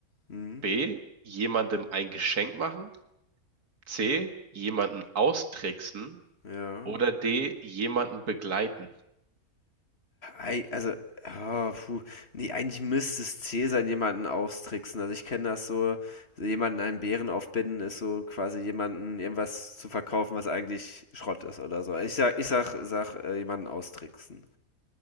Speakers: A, on the left; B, on the right.
A: Mhm.
B: B. Jemandem ein Geschenk machen. C. Jemanden austricksen.
A: Ja.
B: Oder D. Jemanden begleiten.
A: Ei also, ah, puh. Ne, eigentlich müsste es zäh sein, jemanden austricksen. Also, ich kenne das so, so jemanden einen Bären aufbinden ist so quasi jemanden irgendwas zu verkaufen, was eigentlich Schrott ist oder so. Ich sag, ich sag, sag äh, jemanden austricksen.